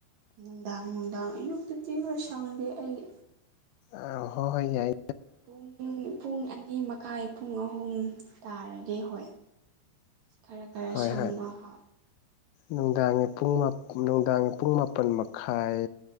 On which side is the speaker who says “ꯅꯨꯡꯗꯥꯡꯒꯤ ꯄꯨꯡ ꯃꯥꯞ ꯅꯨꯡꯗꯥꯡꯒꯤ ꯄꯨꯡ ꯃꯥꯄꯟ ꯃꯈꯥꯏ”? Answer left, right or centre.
Left